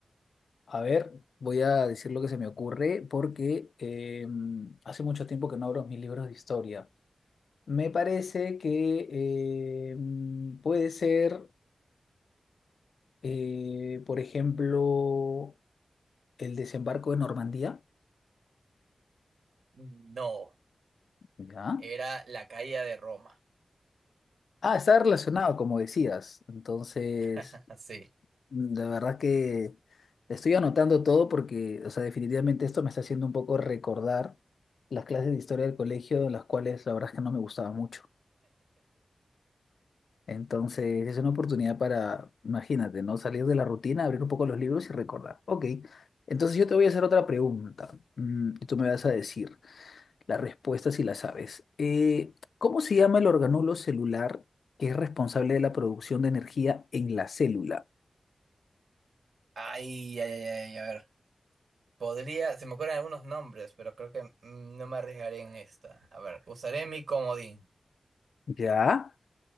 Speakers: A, on the left; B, on the right.
A: A ver, voy a decir lo que se me ocurre porque eh, hace mucho tiempo que no abro mis libros de historia. Me parece que eh, puede ser, eh, por ejemplo, el desembarco de Normandía.
B: No,
A: ¿Ya?
B: era la caída de Roma.
A: Ah, está relacionado, como decías. Entonces,
B: <laughs> Sí.
A: la verdad que estoy anotando todo porque, o sea, definitivamente esto me está haciendo un poco recordar las clases de historia del colegio, las cuales la verdad es que no me gustaban mucho. Entonces es una oportunidad para, imagínate, ¿no? Salir de la rutina, abrir un poco los libros y recordar. Ok, entonces yo te voy a hacer otra pregunta mm, y tú me vas a decir la respuesta si la sabes. Eh, ¿cómo se llama el organulo celular que es responsable de la producción de energía en la célula?
B: Ay, ay, ay, ay, a ver. Podría, se me ocurren algunos nombres, pero creo que mm, no me arriesgaré en esta. A ver, usaré mi comodín.
A: ¿Ya?